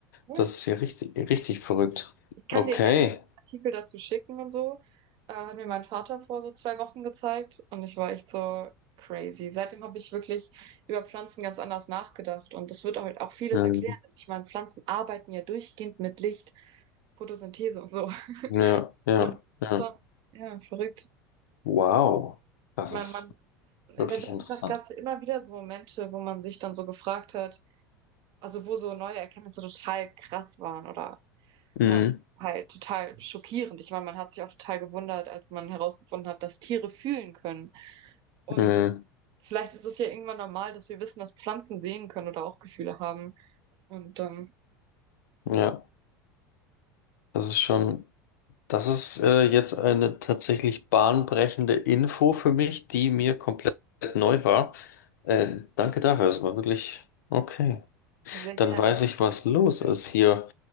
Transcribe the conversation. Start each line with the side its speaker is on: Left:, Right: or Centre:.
Right: Ja.
Left: Das ist ja richtig, richtig verrückt.
Right: kann
Left: Okay.
Right: dir gerne einen Artikel dazu schicken und so. Äh, hat mir mein Vater vor so zwei Wochen gezeigt und ich war echt so crazy. Seitdem habe ich wirklich über Pflanzen ganz anders nachgedacht und das wird halt auch vieles
Left: Mhm.
Right: erklären. Also ich meine, Pflanzen arbeiten ja durchgehend mit Licht, Photosynthese und so.
Left: Ja, ja,
Right: Und
Left: ja.
Right: schon, ja, verrückt.
Left: Wow. Das
Right: Ich meine,
Left: ist
Right: man, in
Left: wirklich
Right: der Wissenschaft
Left: interessant.
Right: gab es ja immer wieder so Momente, wo man sich dann so gefragt hat, also wo so neue Erkenntnisse total krass waren oder
Left: Mhm.
Right: Ähm, halt total schockierend. Ich meine, man hat sich auch total gewundert, als man herausgefunden hat, dass Tiere fühlen können. Und
Left: Mhm.
Right: vielleicht ist es ja irgendwann normal, dass wir wissen, dass Pflanzen sehen können oder auch Gefühle haben. Und ähm,
Left: Ja, das ist schon. Das ist äh, jetzt eine tatsächlich bahnbrechende Info für mich, die mir komplett neu war. Äh, danke dafür, das war wirklich okay.
Right: sehr
Left: Dann
Right: gern.
Left: weiß ich, was los ist hier.